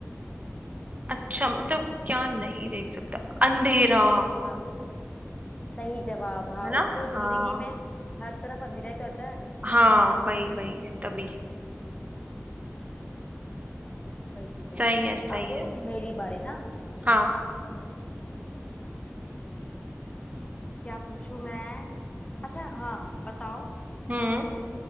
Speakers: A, on the right (about 30°); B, on the left (about 25°).
A: अच्छा मतलब क्या नहीं देख सकता अंधेरा
B: हाँ सही जवाब हाँ
A: है ना
B: उसको जिंदगी
A: हाँ
B: में हर तरफ अंधेरा ही तो होता है
A: हाँ वही वही तभी
B: वही चीज है
A: सही है सही
B: अब
A: है
B: मेरी बारी ना
A: हाँ
B: क्या पूछूं मैं अच्छा हाँ बताओ
A: हम्म